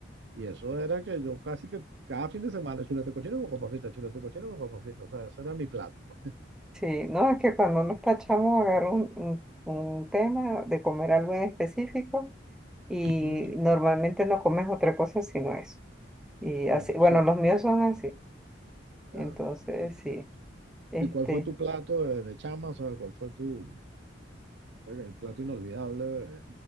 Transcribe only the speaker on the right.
y eso era que yo casi que cada fin de semana chuleta cochino con papas fritas, chuleta cochino con papas fritas, o sea, ese era mi plato, pues.
Ujú. <laughs>
Cierto,
cierto.
ya.
¿Y,
y cuál fue tu plato de, de chama? O sea, ¿cuál fue tu el plato inolvidable eh,